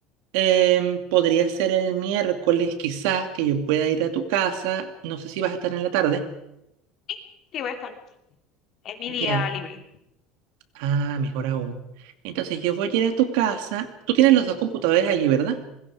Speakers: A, on the right; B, on the left.
A: Em, podría ser el miércoles, quizás, que yo pueda ir a tu casa. No sé si vas a estar en la tarde.
B: Sí, sí voy a estar. Es mi día
A: Ya.
B: libre.
A: Ah, mejor aún. Entonces yo voy a ir a tu casa. Tú tienes los dos computadores allí, ¿verdad?